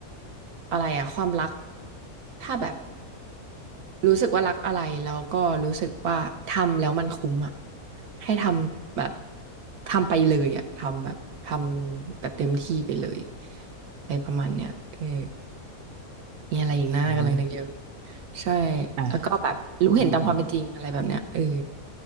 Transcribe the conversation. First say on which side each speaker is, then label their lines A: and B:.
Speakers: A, on the right; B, on the right.
A: อะไรอะความรักถ้าแบบรู้สึกว่ารักอะไรแล้วก็รู้สึกว่าทำแล้วมันคุ้มอะให้ทำแบบทำไปเลยอะทำแบบทำแบบเต็มที่ไปเลยอะไรประมาณเนี้ยเออ มีอะไรอีกนะกำลังนึกอยู่
B: อืม
A: ใช่
B: อ่ะ
A: แล้วก็แบบรู้เห็นตามความเป็นจริงอะไรแบบเนี้ยเออ
B: อืม